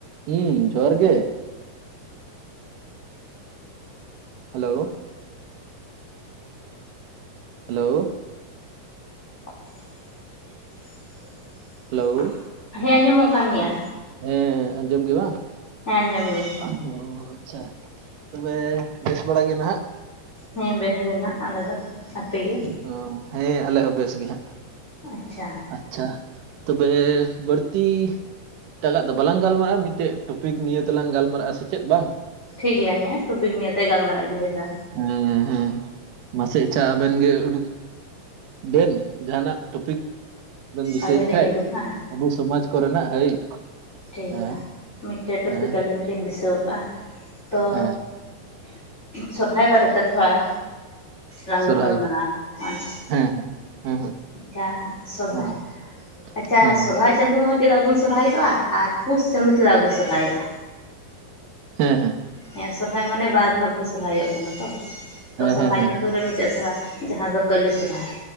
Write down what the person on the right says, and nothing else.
ᱦᱩᱸ ᱡᱚᱦᱟᱨ ᱜᱮ ᱦᱮᱞᱳ ᱦᱮᱞᱳ
ᱦᱮᱞᱳ
ᱦᱮᱸ ᱟᱸᱡᱚᱢ ᱜᱮ ᱵᱟᱝ?
ᱚᱻ ᱟᱪᱪᱷᱟ ᱛᱚᱵᱮ ᱵᱮᱥ ᱵᱟᱲᱟ ᱜᱮ ᱱᱟᱦᱟᱜ?
ᱚᱻ ᱦᱮᱸ ᱟᱞᱮ ᱦᱚᱸ ᱵᱮᱥ ᱜᱮ ᱦᱟᱸᱜ᱾
ᱟᱪᱪᱷᱟ᱾ ᱛᱚᱵᱮ ᱵᱟᱹᱲᱛᱤ ᱮᱴᱟᱜᱼᱟᱜ ᱫᱚ ᱵᱟᱞᱟᱝ ᱜᱟᱞᱢᱟᱨᱟᱜᱼᱟ, ᱢᱤᱫᱴᱮᱜ ᱴᱚᱯᱤᱠ ᱱᱤᱭᱟᱹ ᱛᱮᱞᱟᱝ ᱜᱟᱞᱢᱟᱨᱟᱜᱼᱟ ᱥᱮ ᱪᱮᱫ ᱵᱟᱝ
ᱦᱩᱸ ᱦᱮᱸ ᱢᱟᱥᱮ ᱟᱪᱪᱷᱟ ᱟᱵᱮᱱ ᱜᱮ ᱩᱰᱩᱠ ᱫᱮᱱ ᱡᱟᱦᱟᱸᱱᱟᱜ ᱴᱚᱯᱤᱠ ᱵᱮᱱ ᱫᱤᱥᱟᱹᱭᱼᱮᱜ
ᱠᱷᱟᱡ?
ᱚᱵᱩ ᱥᱚᱢᱟᱡ ᱠᱚ ᱨᱮᱱᱟᱜ ᱦᱟᱹᱭ᱾
ᱦᱮᱸ
ᱦᱮᱸ
ᱦᱮᱸ
ᱥᱚᱨᱦᱟᱭ
ᱦᱮᱸ ᱦᱮᱸ᱾ ᱦᱮᱸ
ᱦᱮᱸ
ᱦᱮᱸ
ᱦᱮᱸ ᱦᱮᱸ,
ᱦᱮᱸ ᱦᱮᱸ ᱦᱮᱸ ᱦᱮᱸ